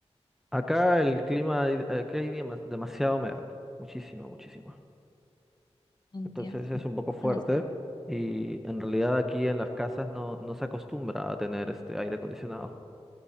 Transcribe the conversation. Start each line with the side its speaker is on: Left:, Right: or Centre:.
Centre: Acá el clima, hay- acá hay demas- demasiada humedad, muchísima, muchísima.
Left: Entiendo.
Centre: Entonces es un poco fuerte
Left: No sé.
Centre: y en realidad aquí en las casas no, no se acostumbra a tener este aire acondicionado.